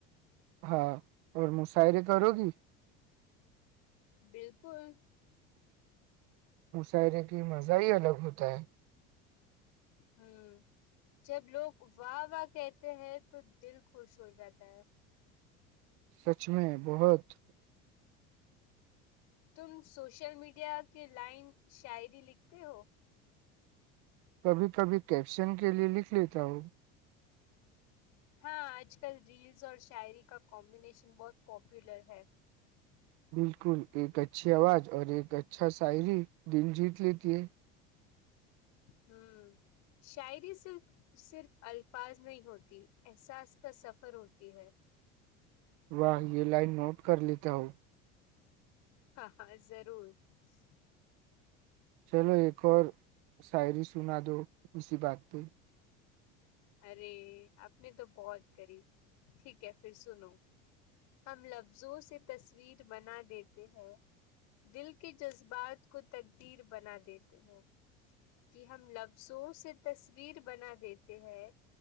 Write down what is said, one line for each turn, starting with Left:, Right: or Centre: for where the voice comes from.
Right: ہاں اور مشعرے کرو گی
Left: بالکل <unintelligible>
Right: مشعرے کی مزہ ہی الگ ہوتا ہے
Left: ہوں جب لوگ واہ واہ کہتے ہیں تو دل خوش ہو جاتا ہے
Right: سچ میں بہت <unintelligible>
Left: تم سوشل میڈیا کے لائن شاعری لکھتے ہو
Right: کبھی کبھی کیپشن کے لئے لکھ لیتا ہوں
Left: ہاں آج کل ریلز اور شاعری کا کمبینیشن بہت پاپولر ہے
Right: بالکل ایک اچھی آواز اور ایک اچھا شاعری دل جیت لیتی ہے
Left: ہ شاعری صر صرف الفاظ نہیں ہوتی احساس کا سفر ہوتی ہے
Right: واہ یہ لائن نوٹ کر لیتا ہو
Left: ہاں ہاں ضرور <unintelligible>
Right: چلو ایک اور <unintelligible> شعری سنا دو اسی بات پہ <unintelligible>
Left: ارے آپ نے تو بہت کری ٹھیک ہے پھر سنو ہم لفظوں سے تصویر بنا دیتے ہیں دل کے جذبات کو تقدیر بنا دیتے ہیں کہ ہم لفظوں سے تصویر بنا دیتے ہیں